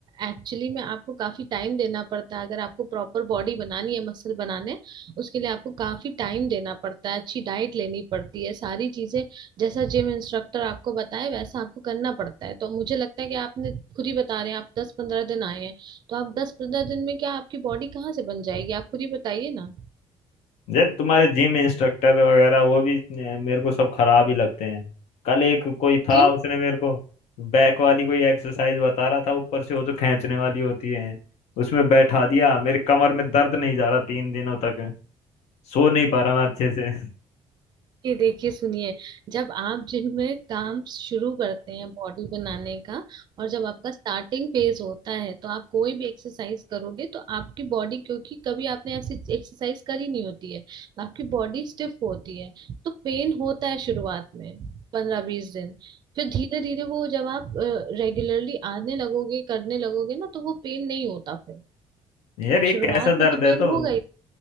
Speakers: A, on the right; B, on the left.
A: एक्चुअली में आपको काफी टाइम देना पड़ता है अगर आपको प्रॉपर बॉडी बनानी है मसल बनाने उसके लिए आपको काफी टाइम देना पड़ता है अच्छी डाइट लेनी पड़ती है सारी चीजें जैसा जिम इंस्ट्रक्टर आपको बताए वैसा आपको करना पड़ता है तो मुझे लगता है कि आपने खुद ही बता रहे हैं आप दस पंद्रह दिन आए हैं तो आप दस पंद्रह दिन में क्या आपकी बॉडी कहाँ से बन जाएगी आप खुद ही बताइए ना
B: ये तुम्हारे जिम इंस्ट्रक्टर वगैरह वो भी अ, मेरे को सब खराब ही लगते हैं कल एक कोई था
A: क्यों
B: उसने मेरे को बैक वाली कोई एक्सरसाइज बता रहा था ऊपर से वो जो खींचने वाली होती है उसमें बैठा दिया मेरे कमर में दर्द नहीं जा रहा तीन दिनों तक सो नहीं पा रहा मैं अच्छे से
A: ये देखिए सुनिए जब आप जिम में काम शुरू करते हैं बॉडी बनाने का और जब आपका स्टार्टिंग फेज होता है तो आप कोई भी एक्सरसाइज करोगे तो आपकी बॉडी क्योंकि कभी आपने ऐसी एक्सरसाइज करी नहीं होती है तो आपकी बॉडी स्टिफ होती है तो पेन होता है शुरुआत में पंद्रह बीस दिन फिर धीरे धीरे वो जब आप रेगुलरली आने लगोगे करने लगोगे ना तो वो पेन नहीं होता फिर
B: <laughs> यार ये
A: शुरुआत
B: कैसा
A: में
B: दर्द
A: तो
B: है
A: पेन
B: तो
A: होगा